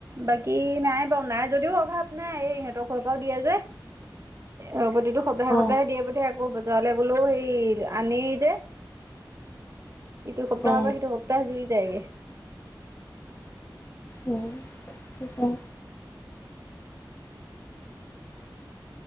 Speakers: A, on the right (about 40°); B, on the left (about 25°).
A: বাকী নাই বাৰু নাই যদিও অভাৱ নাই। এই ইহঁতৰ ঘৰ পৰাও দিয়ে যে অ প্ৰতিটো সপ্তাহে
B: অ
A: সপ্তাহে দিয়ে পঠিয়াই আকৌ যোৱালে বোলো সেই আনি যে- ইটো সপ্তাহৰ
B: অ
A: পৰা সিটো সপ্তাহ জুৰি যায়গে
B: উম তাকে।